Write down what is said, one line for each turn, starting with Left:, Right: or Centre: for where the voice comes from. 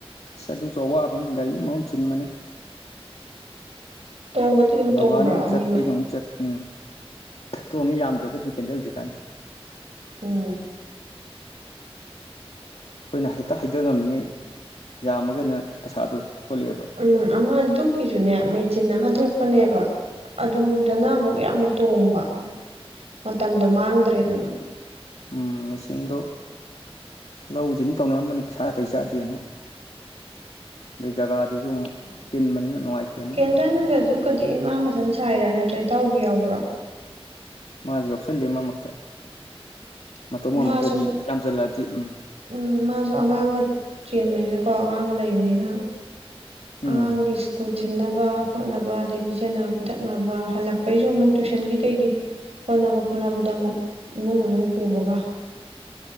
Left: ꯑꯁ ꯑꯗꯨꯁꯨ ꯑꯋꯥꯕ ꯑꯃꯅ ꯒꯥꯔꯤ ꯃꯔꯣꯝ ꯆꯤꯟꯕꯅꯦ
Right: ꯇꯣꯡꯕꯗꯤ ꯑꯗꯨꯝ ꯇꯣꯡꯕ꯭ꯔꯥ
Left: ꯕꯕꯥꯅ ꯑꯃꯨꯛ
Right: ꯑꯅꯤꯃꯛ
Left: ꯆꯠ ꯑꯩꯅ ꯑꯃꯨꯛ ꯆꯠ ꯎꯝ ꯇꯣꯡꯉꯦ ꯌꯥꯝꯗ꯭ꯔꯒꯗꯤ ꯀꯦꯟꯗꯜꯁꯤꯛ ꯀꯥꯟꯁꯦ
Right: ꯎꯝ
Left: ꯑꯩꯈꯣꯏꯅ ꯍꯦꯛꯇ ꯍꯩꯊ ꯉꯝꯃꯤꯉꯩ ꯌꯥꯝꯃꯒ ꯑꯣꯏꯅ ꯄꯩꯁꯥꯗꯨ ꯊꯣꯛꯂꯛꯑꯦꯕ
Right: ꯎꯝ ꯑꯃ ꯗꯨꯛꯀꯤꯁꯨꯅꯦ ꯃꯦꯆꯤꯟ ꯑꯃ ꯊꯣꯛꯄꯅꯦꯕ ꯑꯗꯨꯗꯅ ꯑꯃꯨꯛ ꯌꯥꯝ ꯇꯣꯡꯕ ꯃꯇꯝꯗꯣ ꯃꯥꯡꯗ꯭ꯔꯦꯗꯅ
Left: ꯎꯝ ꯃꯦꯆꯤꯟꯗꯨꯣ ꯂꯧꯁꯤꯅ ꯇꯧꯅꯔꯝꯕꯅꯤ ꯄꯩꯁꯥ ꯑꯇꯩ ꯆꯥꯗꯦꯅ ꯑꯗꯩ ꯖꯒꯥꯗꯨꯁꯨ ꯑꯃꯨꯛ ꯆꯤꯟꯕꯅꯤꯅ ꯅꯨꯡꯉꯥꯏꯇꯦꯑꯅ
Right: ꯀ‌ꯦꯟꯗꯟꯒ ꯗꯨꯛꯀꯗꯤ ꯏꯃꯥ ꯃꯊꯟ ꯁꯥꯏꯔꯥ ꯅꯠꯇ꯭ꯔ ꯏꯇꯥꯎꯕꯤ ꯌꯥꯎꯕ꯭ꯔꫭ
Left: ꯃꯥꯁꯨ ꯌꯥꯎꯁꯜꯂꯤ ꯃꯔꯛ ꯃꯔꯛꯇ ꯃꯇꫭꯝ ꯉꯝꯃꯛꯇꯔꯗꯤ
Right: ꯃꯥꯁꯨ
Left: ꯌꯥꯝꯁꯤꯜꯂꯛꯑꯗꯤ ꯎꯝ
Right: ꯎꯝ ꯃꯥꯁꯨ ꯑꯉꯥꯡꯒ ꯆꯦꯟꯕꯅꯤꯅꯀꯣ ꯑꯉꯥꯡꯒ ꯂꯩꯕꯅꯤꯅ ꯑꯉꯥꯡꯗꯤ
Left: ꯎꯝ
Right: ꯏꯁ꯭ꯀꯨꯜ ꯊꯤꯟꯅꯕ ꯈꯣꯠꯅꯕ ꯑꯗꯩ ꯄꯤꯖꯅꯕ ꯄꯤꯊꯛꯅꯕ ꯍꯜꯂꯛꯄꯩꯁꯨ ꯑꯃꯨꯛ ꯇꯨꯏꯁꯟꯒꯤ ꯀꯩꯒꯤ ꯍꯣꯠꯅꯕ ꯈꯣꯠꯅꯕꯗ ꯑꯃꯨꯛ ꯏꯃꯨꯡ ꯃꯅꯨꯡ ꯄꯨꯕꯒ